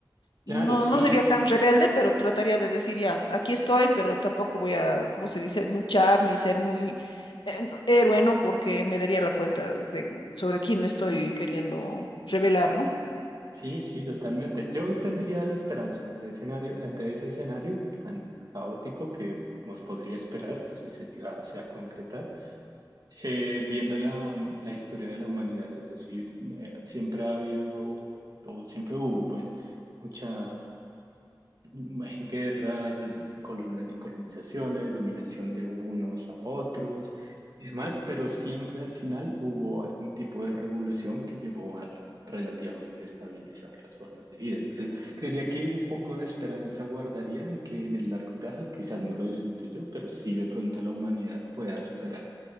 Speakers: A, on the right; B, on the left.
A: Claro,
B: No,
A: sí,
B: no sería tan rebelde, pero trataría de decir ya, aquí estoy, pero tampoco voy a, ¿cómo se dice?, luchar ni ser muy eh, no- héroe, ¿no? Porque me daría la cuenta de sobre quién me estoy queriendo revelar, ¿no?
A: sí, sí, totalmente. Yo tendría la esperanza ante escenario, ante ese escenario tan caótico que nos podría esperar si se llegase a concretar. Eh, viendo la, la historia de la humanidad, es decir, eh, siempre ha habido o siempre hubo pues mucha mm, guerras, coloni- colonizaciones, dominación de unos a otros y demás, pero siempre al final hubo algún tipo de revolución que llevó a relativamente estabilizar las formas de vida. Entonces, creería que un poco de esperanza guardaría en que en el largo plazo, quizás no lo disfrute yo, pero sí de pronto la humanidad pueda superar